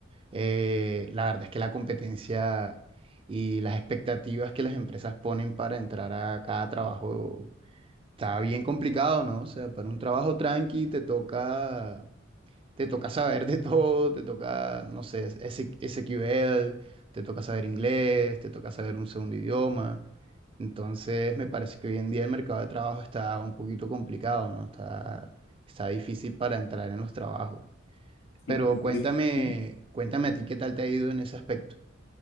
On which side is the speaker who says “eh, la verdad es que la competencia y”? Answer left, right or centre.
Right